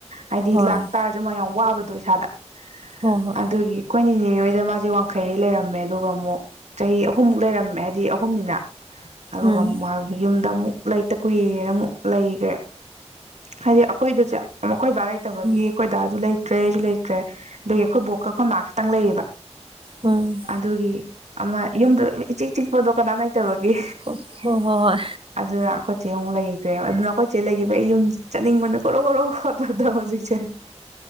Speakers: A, on the right; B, on the right.
A: ꯍꯥꯏꯗꯤ
B: ꯍꯣꯏ
A: ꯂꯥꯛꯇꯥꯔꯁꯨ ꯃꯌꯥꯝ ꯋꯥꯕꯗꯣ ꯏꯁꯥꯗ꯫ ꯑꯗꯨꯒꯤ
B: ꯍꯣꯏ ꯍꯣꯏ
A: ꯑꯩꯈꯣꯏꯅꯤꯅꯦ ꯍꯣꯏꯗ ꯃꯥꯁꯦ ꯋꯥꯡꯈꯩꯗ ꯂꯩꯔꯝꯃꯦ ꯑꯗꯨꯒ ꯑꯃꯨꯛ ꯆꯍꯤ ꯑꯍꯨꯝꯃꯨꯛ ꯂꯩꯔꯝꯃꯦ ꯍꯥꯏꯗꯤ ꯑꯍꯨꯝꯅꯤꯅ꯫ ꯑꯗꯨꯒ
B: ꯎꯝ
A: ꯃ ꯌꯨꯝꯗ ꯑꯃꯨꯛ ꯂꯩꯇ ꯀꯨꯏꯔꯦꯅ ꯑꯃꯨꯛ ꯂꯩꯒ꯭ꯔꯦ ꯍꯥꯏꯗꯤ ꯑꯩꯈꯣꯏꯗꯣ ꯆꯦ ꯑꯃ ꯑꯩꯈꯣꯏ ꯕꯥ ꯂꯩꯇꯕꯒꯤ
B: ꯎꯝ
A: ꯑꯩꯈꯣꯏ ꯗꯥꯁꯨ ꯂꯩ ꯇ꯭ꯔꯦꯁꯨ ꯑꯩꯁꯨ ꯂꯩꯇ꯭ꯔꯦ ꯑꯗꯨꯏ ꯈꯣꯏ ꯕꯣꯛꯀꯥ ꯈꯣꯏ ꯃꯒꯥ ꯈꯤꯇꯪ ꯂꯩꯌꯦꯕ꯫
B: ꯎꯝ
A: ꯑꯗꯨꯒꯤ ꯑꯃ ꯌꯨꯝꯗꯨ ꯏꯆꯤꯛ ꯆꯤꯛꯄꯗꯨ ꯀꯥꯅꯝ ꯂꯩ ꯇꯕꯒꯤ
B: ꯍꯣ ꯍꯣꯏ ꯍꯣꯏ
A: ꯑꯗꯨꯅ ꯑꯈꯣꯏ ꯆꯦ ꯑꯃꯨꯛ ꯂꯩꯈ꯭ꯔꯦꯕ ꯑꯗꯨꯅ ꯑꯩꯈꯣꯏ ꯆꯦ ꯂꯩꯈꯤꯕ ꯑꯩ ꯌꯨꯝ ꯆꯠꯅꯤꯡꯃꯟꯕ ꯈꯣꯔꯣ ꯈꯣꯔꯣ ꯈꯣꯠꯄꯗꯣ ꯍꯧꯖꯤꯛꯁꯦ꯫